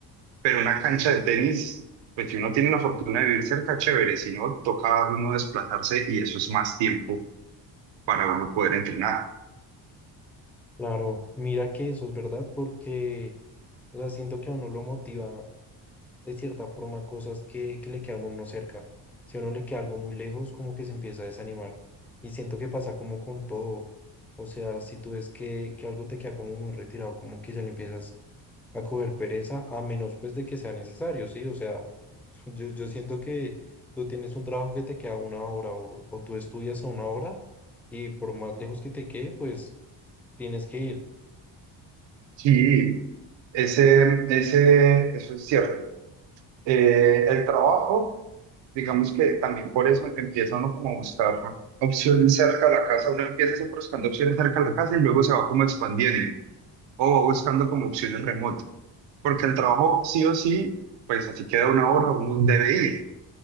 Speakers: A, on the right; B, in the centre.
A: Pero una cancha de tenis, pues si uno tiene la fortuna de vivir cerca, chévere. Si no, toca uno desplazarse y eso es más tiempo para uno poder entrenar.
B: Claro, mira que eso es verdad porque, o sea, siento que a uno lo motiva de cierta forma cosas que, que le quedan a uno no cerca. Si a uno le queda algo muy lejos, como que se empieza a desanimar. Y siento que pasa como con todo. O sea, si tú ves que, que algo te queda como muy retirado, como que ya le empiezas a coger pereza, a menos pues de que sea necesario, ¿sí? O sea, <laughs> yo, yo siento que tú tienes un trabajo que te queda una hora o, o tú estudias a una hora y por más lejos que te quede, pues... Tienes que ir.
A: Sí, ese, ese, eso es cierto. Eh, el trabajo, digamos que también por eso empieza uno como a buscar opciones cerca de la casa, uno empieza siempre buscando opciones cerca de la casa y luego se va como expandiendo o va buscando como opciones remotas, porque el trabajo sí o sí, pues así queda una hora, uno debe ir,